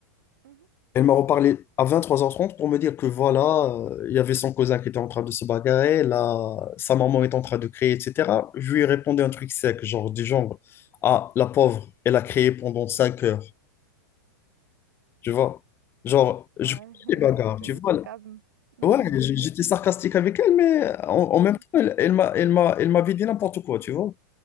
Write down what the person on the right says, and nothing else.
mhm.
Ouais,
euh,
c'est
du
sarcasme. Ouais,
ouais.
<laughs> Ouais,